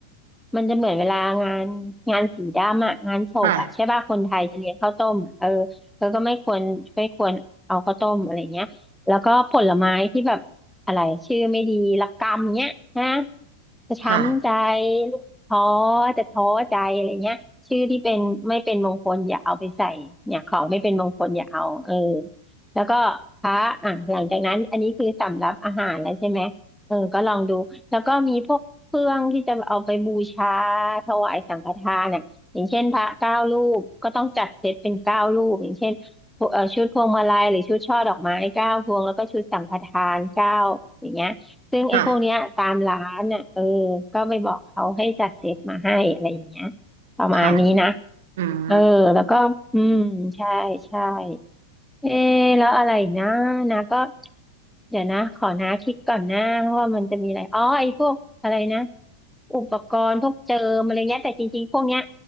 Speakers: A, in the centre; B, on the right (about 55°).
A: มันจะเหมือนเวลางานงานสีดำอะงานศพอะใช่ป่ะคนไทยจะเลี้ยงข้าวต้มอะเออ
B: ค่ะ
A: แล้วก็ไม่ควรไม่ควรเอาข้าวต้มอะไรเงี้ยแล้วก็ผลไม้ที่แบบอะไรชื่อไม่ดีละกำเงี้ยนะจะช้ำใจ
B: ค่ะ
A: ลูกท้อจะท้อใจอะไรเงี้ยชื่อที่เป็นไม่เป็นมงคลอย่าเอาไปใส่เนี่ยของไม่เป็นมงคลอย่าเอาเออแล้วก็พระอ่ะหลังจากนั้นอันนี้คือสำรับอาหารแล้วใช่ไหมเออก็ลองดู แล้วก็มีพวกเครื่องที่จะเอาไปบูชาถวายสังฆทานอ่ะอย่างเช่นพระเก้ารูปก็ต้องจัดเซตเป็นเก้ารูปอย่างเช่นเอ่อชุดพวงมาลัยหรือชุดช่อดอกไม้เก้าพวงแล้วก็ชุดสังฆทานเก้าอย่างเงี้ยซึ่งไอ้พวกเนี้ยตามร้านอ่ะเออ
B: ค่ะ
A: ก็ไปบอกเขาให้จัดเซตมาให้อะไรอย่างเงี้ยประมาณนี้นะ
B: ค่ะ อืม
A: เออแล้วก็อืมใช่ใช่ เอ๊ะแล้วอะไรอีกนะนะก็เดี๋ยวนะขอนะคิดก่อนนะเพราะว่ามันจะมีอะไรอ๋อไอ้พวกอะไรนะอุปกรณ์พวกเจิมอะไรเงี้ยแต่จริงๆพวกเนี้ย